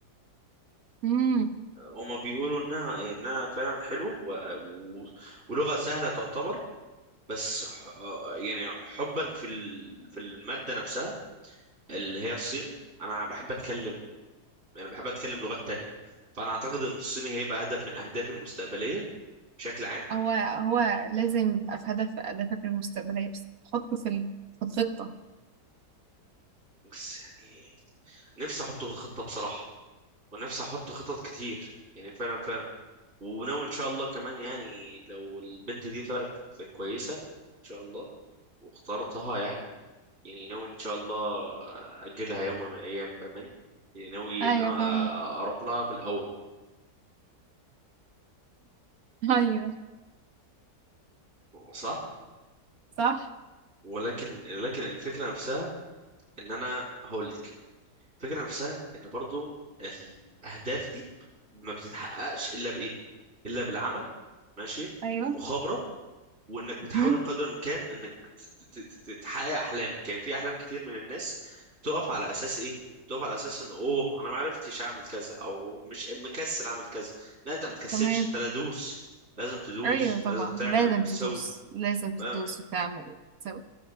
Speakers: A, on the right (about 60°); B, on the right (about 40°).
A: امم
B: هما بيقولوا إنها إنها فعلا حلوة و... و... ولغة سهلة تعتبر بس ح- آه، يعني حبا في ال- في المادة نفسها اللي هي الصيني انا بحب اتكلم يعني بحب اتكلم لغات تانية فانا اعتقد ان الصيني هيبقى هدف من اهدافي المستقبلية بشكل عام
A: هو هو لازم يبقى في هدف أهدافك المستقبلية بس حطه في ال- في الخطة
B: بس يعني نفسي احطه في الخطة بصراحة ونفسي احط خطط كتير يعني فعلا فعلا وناوي ان شاء الله كمان يعني لو البنت دي طلعت كويسة ان شاء الله واخترتها يعني يعني ناوي ان شاء الله اجلها يوم من الايام فاهماني يعني ناوي
A: أيوه
B: ان انا
A: فاهمة
B: اروح لها في الاول
A: <laughs> ايوه
B: صح
A: صح
B: ولكن لكن الفكره نفسها ان انا هقول لك الفكره نفسها ان برضو الاهداف دي ما بتتحققش الا بايه الا بالعمل ماشي
A: ايوه
B: والمخابره وانك بتحاول
A: مهم.
B: بقدر الامكان انك ت- ت- ت- تحقق احلامك يعني في احلام كتير من الناس تقف على اساس ايه تقف على اساس ان اوه انا ما عرفتش اعمل كذا او مش مكسل اعمل كذا لا انت ما تكسلش
A: تمام
B: انت لا دوس لازم تدوس
A: ايوه طبعا
B: لازم تعمل
A: لازم
B: وتسوي
A: تدوس لازم تدوس
B: فاهم
A: وتعمل وتسوي